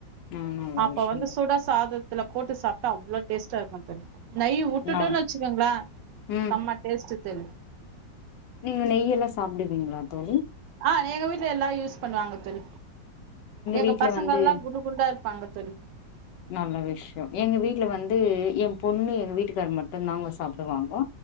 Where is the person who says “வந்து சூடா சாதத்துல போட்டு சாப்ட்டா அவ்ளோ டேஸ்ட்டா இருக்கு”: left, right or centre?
Right